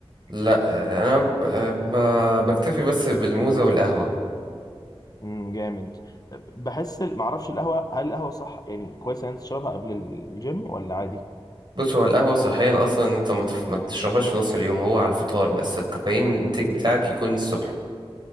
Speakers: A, on the right (about 45°); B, on the left (about 40°).
A: لا آه، انا ب- آه، ب- بكتفي بس بالموزه والقهوه
B: امم جامد بحس ال- معرفش القهوه هل القهوه صح يعني كويس ان انت تشربها قبل الجيم ولا عادي
A: بص هو القهوه صحيا اصلا إن انت ما تف- ما تشربهاش في نص اليوم هو على الفطار بس الكافيين الانتاج بتاعك يكون الصبح